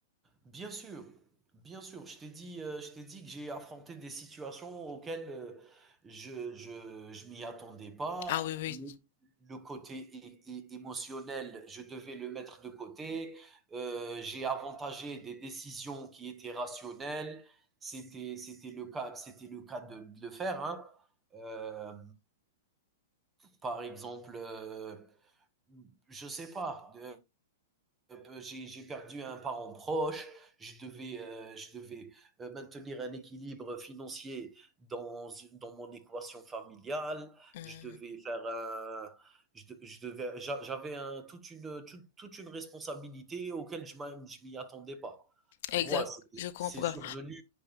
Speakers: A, on the right; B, on the left.
A: Bien sûr, bien sûr. Je t'ai dit, euh, je t'ai dit que j'ai affronté des situations auxquelles euh, je, je, je m'y attendais pas.
B: Ah oui, oui.
A: Le, le côté é- é- émotionnel, je devais le mettre de côté. Euh, j'ai avantagé des décisions qui étaient rationnelles. C'était, c'était le cas, c'était le cas de, de le faire, hein. Euh, par exemple, euh, je sais pas. euh, Heu, j'ai j'ai perdu un parent proche, je devais, heu, je devais, heu, maintenir un équilibre financier dans dans mon équation familiale,
B: Hmm,
A: je devais faire un je de je devais j'a j'avais un toute une, toute toute une responsabilité auquel je m'a je m'y attendais pas. Tu
B: exact,
A: vois? C'est
B: je comprends.
A: c'est survenu